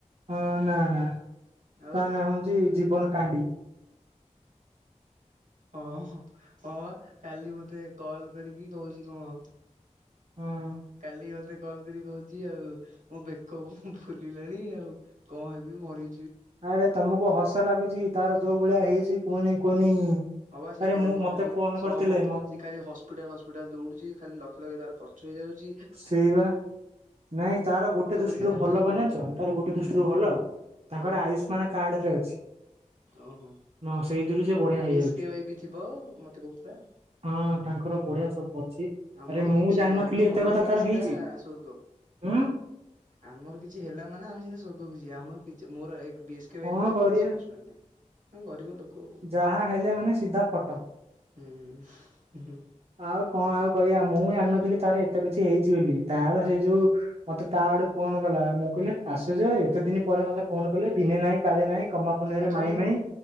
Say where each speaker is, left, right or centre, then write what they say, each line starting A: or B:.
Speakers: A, on the right; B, on the right.
A: ହଁ ନା ନା
B: ଆଉ
A: ତା ନା ମାନ୍ ଯେ ଜୀବନ କାଣ୍ଡି
B: ହଁ ହଁ ହଁ ବା କାଲି ମତେ କଲ କରିକି କହୁଛି କଣ
A: ହଁ।
B: କାଲି ମତେ କଲ କରିକି କହୁଛି ଆଉ ମୋ ବେକ କଣ ଫୁଲିଲାଣି ଆଉ କଣ ହେବି ମରି
A: ଆରେ ତମକୁ ହସ ଲାଗୁଛି ତାର ଯୋଉ ଭଳିଆ ହେଇଛି କୁହନି କୁହନି।
B: ହଁ ବା ସେଇ
A: ଆରେ
B: ଭାରି
A: ମୁଁ ମତେ
B: ଖାଲି
A: ଫୋନ
B: ସମ
A: କରିଥିଲେ
B: ଚିକ ଖାଲି ହସ୍ପିଟାଲ ହସ୍ପିଟାଲ ଦୌଉଡୁଚି ଖାଲି ଲକ୍ଷ ଲକ୍ଷ ତାର ଖର୍ଚ୍ଚ ହେଇଯାଉଚି
A: ସେଇ ବା ନାଇଁ ତାର ଗୋଟେ
B: ଓଟ
A: ଦୃଷ୍ଟିରୁ
B: ପରିକା ତାର
A: ଭଲ
B: ଠିକ
A: କଣ
B: ହଉନି
A: ଜାଣିଛ ତାର ଗୋଟେ ଦୃଷ୍ଟିରୁ ଭଲ
B: କଣ
A: ତାଙ୍କର ଆୟୁଷ୍ମାନ କାର୍ଡରେ ଅଛି।
B: ଓହୋ
A: ହଁ ସେଇଥିରୁ ସେ ବଢିଆ ହେଇଯାଉଛି
B: ବି ଏସ୍ କେ ୱାଇ ବି ଥିବ ମତେ କହୁଥିଲା।
A: ହଁ ତାଙ୍କର ବଢିଆ ସବୁ ଅଛି
B: ଆମର
A: ଆରେ ମୁଁ
B: କିଛି
A: ଜାଣିନଥିଲି
B: ନାହିଁ ଆମେ
A: ଏତେ
B: ମଲେ
A: କଥା
B: ମାନେ
A: ତାର
B: ସିଧା
A: ହେଇଛି
B: ସ୍ବର୍ଗ
A: ହୁଁ
B: ଆମର କିଛି ହେଲା ମାନେ ଆମେ <unintelligible> ସ୍ୱର୍ଗକୁ ଜିଆ ଆମର କିଛି ମୋର ଏକ ବି ଏସ କେ ୱାଈ
A: କଣ
B: ନାହିଁ
A: କରିବା
B: କି ଆଶ୍ ଆୟୁଷ୍ମାନ ନାଇଁ ମୁଁ ଗରିବ ଲୋକ ଆଉ।
A: ଯାହା ହେଲେ ମାନେ ସିଧା ଫଟ।
B: ହୁଁ ହୁଁ ହୁଁ।
A: ଆଉ କଣ ଆଉ କହିବା ମୁଁ ଜାଣିନଥିଲି ତାର ଏତେ କିଛି ହେଇଛି ବୋଲି ତାର ସେଇ ଯୋଉ ମତେ ତା ଆଡୁ ଫୋନ କଲା ମୁଁ କହିଲି ଆସୁଛ ଭାଇ? କେତେ ଦିନି ପରେ
B: ଭାଗ୍ୟ
A: ମତେ ଫୋନ କଲେ ଦିନେ ନାହିଁ କାଳେ ନାହିଁ ଗମହା ପୁନେଇଁ
B: ଆଉ
A: ରେ
B: ଚାଲୁନୁ
A: ନାଇଁ ନାଇଁ।